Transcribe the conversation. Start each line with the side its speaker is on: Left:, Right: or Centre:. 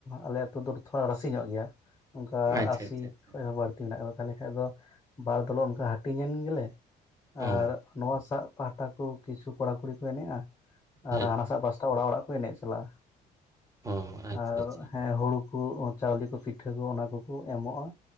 Left: ᱟᱞᱮ ᱟᱹᱛᱩ ᱫᱚ ᱛᱷᱚᱲᱟ ᱨᱟᱥᱮ ᱧᱚᱜ ᱜᱮᱭᱟ ᱚᱱᱠᱟ
Right: ᱟᱪᱪᱷᱟ
Left: ᱟᱥᱤ
Right: ᱟᱪᱪᱷᱟ ᱟᱪᱪᱷᱟ
Left: ᱠᱷᱚᱡ ᱦᱚᱸ ᱵᱟᱹᱲᱛᱤ ᱢᱮᱱᱟᱜ ᱟᱠᱟᱫᱟ ᱛᱟᱦᱞᱮ ᱠᱷᱟᱱ ᱫᱚ ᱵᱟᱨ ᱫᱚᱞ ᱚᱱᱠᱟ ᱦᱟᱹᱴᱤᱧ ᱮᱱ ᱜᱮᱞᱮ ᱟᱨ
Right: ᱚ
Left: ᱱᱚᱣᱟ ᱥᱟᱜ ᱯᱟᱦᱴᱟ ᱠᱚ ᱠᱤᱪᱷᱩ ᱠᱚᱲᱟ ᱠᱩᱲᱤ ᱠᱚ ᱮᱱᱮᱡᱼᱟ ᱟᱨ
Right: ᱦᱮᱸ
Left: ᱦᱟᱱᱟ ᱥᱟᱜ ᱵᱟᱥ ᱚᱲᱟᱜ ᱚᱲᱟᱜ ᱠᱚ ᱮᱱᱮᱡ ᱪᱟᱞᱟᱜᱼᱟ
Right: ᱚ ᱟᱪᱪᱷᱟ
Left: ᱟᱨ
Right: ᱟᱪᱪᱷᱟ
Left: ᱦᱮᱸ ᱦᱩᱲᱩ ᱠᱩ ᱪᱟᱣᱞᱮ ᱠᱚ ᱯᱤᱴᱷᱟᱹ ᱠᱚ ᱚᱱᱟ ᱠᱚ-ᱠᱚ ᱮᱢᱚᱜᱼᱟ